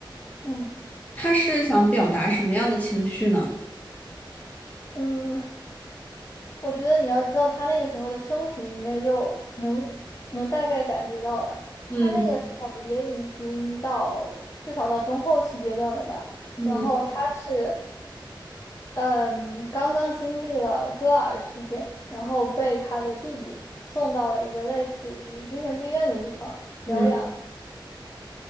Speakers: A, on the left (about 35°); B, on the left (about 15°).
A: 嗯
B: 他是想表达什么样的情绪呢？
A: 嗯，我觉得你要知道他那个时候的生平，你应该就能能大概感觉到了。
B: 嗯
A: 他那个时候也已经到至少到中后期阶段了吧。
B: 嗯
A: 然后他是嗯刚刚经历了戈尔事件，然后被他的弟弟送到了一个类似于精神病院的地方疗养。
B: 嗯